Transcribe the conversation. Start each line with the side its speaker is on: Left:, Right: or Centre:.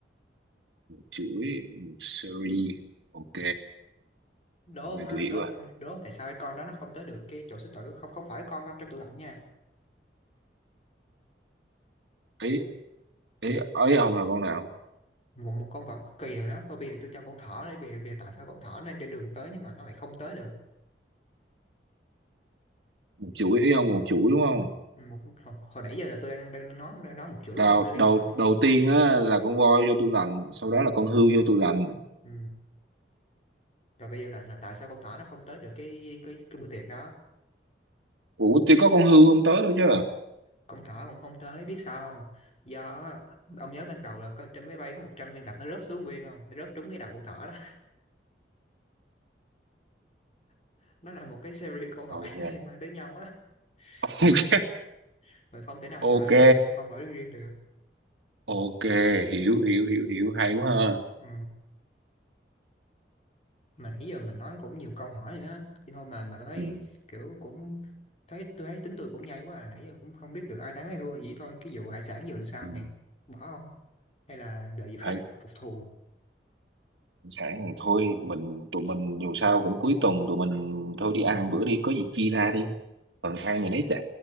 Right: Chuỗi một series. Ok,
Left: đố
Right: ok
Left: không á
Right: tôi hiểu
Left: đố
Right: rồi.
Left: đố không tại sao cái con đó nó không tới được cái chỗ sư tử không không phải con trong tủ lạnh nha
Right: Ý ý ý ông là con nào
Left: một một con vật cực kỳ rồi đó thôi bây giờ tôi cho con thỏ đi bây giờ, bây giờ tại sao con thỏ nó lên trên đường tới nhưng mà nó lại không tới được
Right: một chuỗi ý ông một chuỗi đúng không
Left: Ừ, một hồi, hồi nãy giờ là tôi đang đang nói đang nói một chuỗi
Right: đầu
Left: câu hỏi liên
Right: đầu
Left: hoàn với nhau
Right: đầu tiên á là con voi vô tủ lạnh sau
Left: ừ,
Right: đó là con hươu vô tủ lạnh
Left: ừ. rồi bây giờ là là tại sao con thỏ nó không tới được cái cái cái bữa tiệc đó
Right: ủa thì có con hươu không tới đâu chứ
Left: con thỏ cũng không tới biết sao không do á, ông nhớ ban đầu là có trên máy bay có 100 viên gạch nó rớt xuống viên không nó rớt trúng cái đầu con thỏ đó <laughs> nó là một cái series câu hỏi
Right: ok
Left: <laughs> liên quan tới nhau á
Right: <laughs>
Left: Nên mình không thể nào
Right: ok
Left: mình hỏi riêng mình không hỏi riêng riêng được
Right: ok hiểu hiểu hiểu hiểu hay quá ha
Left: ừ. mà nãy giờ mình nói cũng nhiều câu hỏi rồi đó nhưng thôi mà mà thấy
Right: ừ.
Left: kiểu cũng thấy tôi thấy tính tôi cũng nhây quá à nãy giờ cũng không biết được ai thắng ai thua vậy thôi cái vụ hải sản giờ làm sao
Right: ừ.
Left: nè bỏ không hay là đợi dịp khác
Right: hay
Left: phục thù
Right: sẵn thì thôi mình tụi mình dù sao cũng cuối tuần tụi mình thôi đi ăn bữa đi có gì chia ra đi phần ăn mình lấy trả